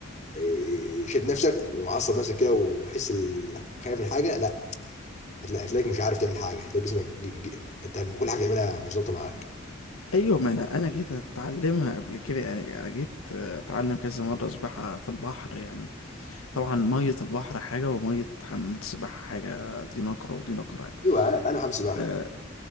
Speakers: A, on the left (about 35°); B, on the left (about 75°).
A: إيه، شد نفسك ومعصب نفسك كده وحس ال- خايف من حاجه لا هتلا- هتلاقيك مش عارف تعمل حاجه هتلاقي جسمك ج- ج- انت كل حاجه تعملها مش ظابطه معاك
B: ايوه ما انا انا جيت اتعلمها قبل كده يعني انا جيت اتعلم كذا مرة سباحة في البحر يعني طبعا مية البحر حاجة ومية حمام السباحة حاجة دي نقرة ودي نقرة يعني
A: ايوه لا تعالى حمام سباحه
B: آه،